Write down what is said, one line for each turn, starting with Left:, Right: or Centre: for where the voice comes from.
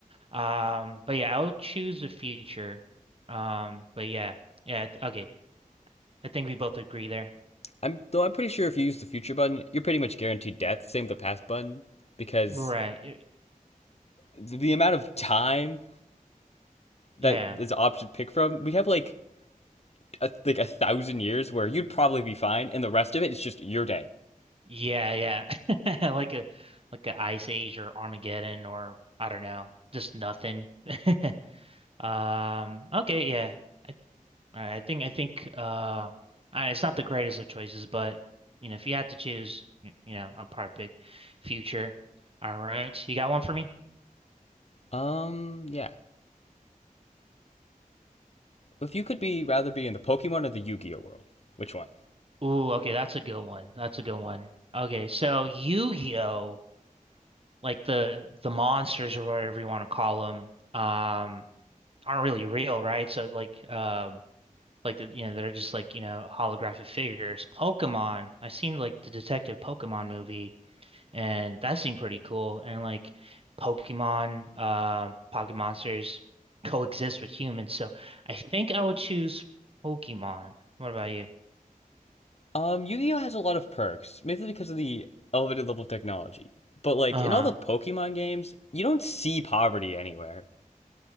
Right: Um, but yeah, I'll choose the future. Um, but yeah, yeah, th- okay. I think we both agree there.
Left: I'm though I'm pretty sure if you use the future button, you're pretty much guaranteed death. Same with the past button, because
Right: Right. y-
Left: the amount of time that
Right: Yeah.
Left: is an option to pick from, we have like a, like a thousand years where you'd probably be fine, and the rest of it is just you're dead.
Right: Yeah, yeah. <laughs> Like a like a Ice Age or Armageddon or I don't know, just nothing. <laughs> Um, okay, yeah. I, all right, I think I think uh I, it's not the greatest of choices, but you know, if you had to choose, y- you know, I'll probably pick future. All right. You got one for me?
Left: Um, yeah. If you could be rather be in the Pokemon or the Yu-Gi-Oh world, which one?
Right: Ooh, okay, that's a good one. That's a good one. Okay, so Yu-Gi-Oh, like the the monsters or whatever you want to call them, um, aren't really real, right? So like, um, like the you know they're just like you know holographic figures. Pokemon, I seen like the Detective Pokemon movie, and that seemed pretty cool. And like Pokemon, um, Pocket monsters coexist with humans, so I think I would choose Pokemon. What about you?
Left: Um, Yu-Gi-Oh has a lot of perks, mainly because of the elevated level of technology. But like
Right: Uh-huh.
Left: in all the Pokemon games, you don't see poverty anywhere.